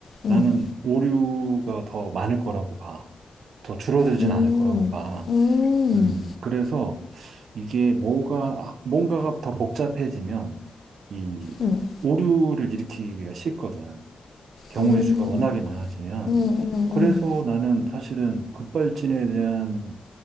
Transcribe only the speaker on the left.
음,
음,
음,
음,
음,
음,
음.